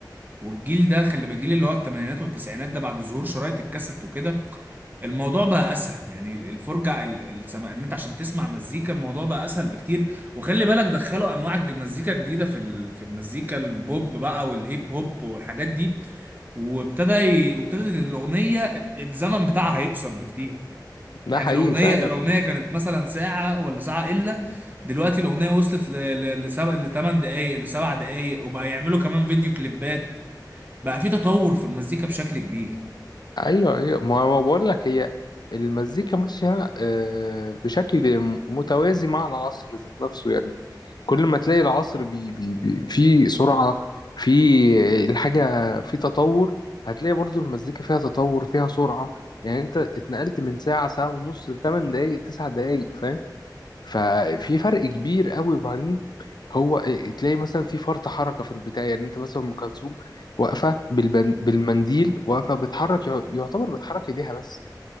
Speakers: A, on the right (about 25°); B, on the left (about 65°).
A: والجيل ده خلي بالك الجيل اللي هو التمانينات والتسعينات ده بعد ظهور شرايط الكاسيت وكده الموضوع بقى اسهل يعني الفرجه ال- السما ان انت عشان تسمع مزيكا الموضوع بقى اسهل بكتير وخلي بالك دخلوا انواع ج- مزيكا جديده في ال- في المزيكا البوب بقى والهيب هوب والحاجات دي وابتدى ي... وابتدت الاغنيه الزمن بتاعها هيقصر بكتير
B: ده
A: يعني
B: حقيقي
A: الاغنيه
B: فعلا
A: الاغنيه كانت مثلا ساعه ولا ساعه الا دلوقتي الاغنيه وصلت ل... ل... لسبع لثمان دقائق لسبع دقائق وبقى يعملوا كمان فيديو كليبات بقى في تطور في المزيكا بشكل كبير
B: ايوه ايوه ما هو بقول لك هي المزيكا ماشيه آه، بشكل متوازي مع العصر ذات نفسه يعني كل ما تلاقي العصر بي بي بي في سرعه في الحاجه في تطور هتلاقي برضو المزيكا فيها تطور فيها سرعه يعني انت اتنقلت من ساعه ساعه ونص لثمان دقايق تسع دقايق فاهم ففي فرق كبير قوي وبعدين هو تلاقي مثلا في فرط حركه في البتاع يعني انت مثلا ام كلثوم واقفه بالبن... بالمنديل واقفه بتحرك يع- يعتبر بتحرك ايديها بس